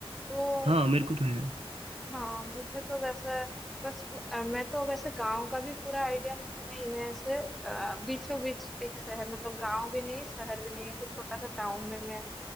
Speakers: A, in the centre; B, on the right.
A: तो
B: हाँ मेरे को तो है
A: हाँ मुझे तो वैसे बस अ, मैं तो वैसे गांव का भी पूरा आइडिया मुझे नहीं मैं ऐसे अ, बीचों बीच एक शहर मतलब गांव भी नहीं शहर भी नहीं ऐसे छोटा सा टाउन में मैं